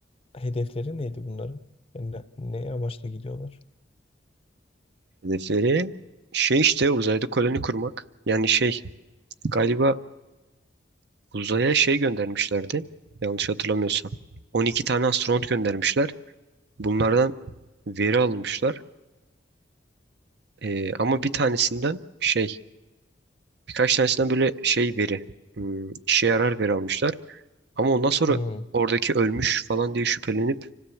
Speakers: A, on the left (about 30°); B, on the right (about 65°).
A: hedefleri neydi bunların? Yani ne, ne amaçla gidiyorlar?
B: Hedefleri şey işte uzayda koloni kurmak. Yani şey galiba Uzaya şey göndermişlerdi. Yanlış hatırlamıyorsam. 12 tane astronot göndermişler. Bunlardan veri almışlar. Ee, ama bir tanesinden şey, birkaç tanesinden böyle şey veri, hmm, işe yarar veri almışlar. Ama ondan sonra
A: Hmm.
B: oradaki ölmüş falan diye şüphelenip